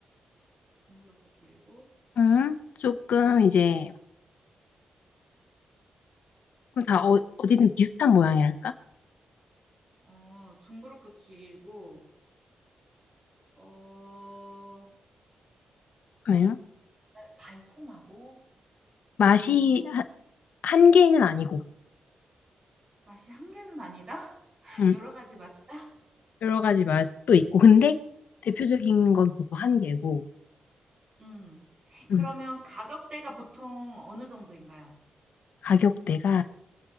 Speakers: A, on the right; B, on the left.
A: 둥그렇고 길고,
B: 음, 조금 이제, 그럼 다 어, 어디든 비슷한 모양이랄까?
A: 어, 둥그렇고 길고, 어,
B: 음,
A: 달콤하고,
B: 맛이
A: 어,
B: 한, 한 개는 아니고,
A: 맛이 한 개는 아니다? <laughs>
B: 음.
A: 여러 가지 맛이다?
B: 여러 가지 맛도 있고 근데 대표적인 건 보통 한 개고
A: 음.
B: 음.
A: 그러면 가격대가 보통 어느 정도인가요?
B: 가격대가